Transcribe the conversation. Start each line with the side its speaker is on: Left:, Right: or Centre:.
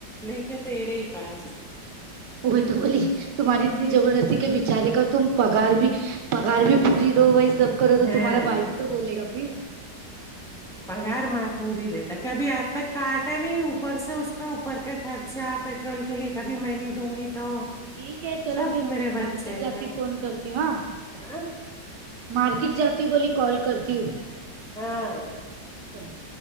Centre: لے کے تیرے ہی پاس
Right: وہ تو بولی تمہاری اتنی جبردستی کہ بیچارے کو تم پگار بھی پگار بھی پوری دو بھائی سب کرو تو
Centre: ہاں
Right: تمہارا بھائی بھی تو بولے گا پھر
Centre: پگار ماں پوری دیتا کبھی آج تک کاٹا نہیں اوپر سے اس کا اوپر کا خرچہ پیٹرول کے لیے کبھی میں نہیں دوں گی تو
Right: ٹھیک ہے چلو
Centre: سب
Right: پھر
Centre: میرے بچے
Right: مارکیٹ جاتی
Centre: کا
Right: فون کرتی ہ ہاں
Centre: ہاں
Right: مارکیٹ جاتی ہوں بولی کال کرتی ہوں
Centre: ہاں
Right: چلو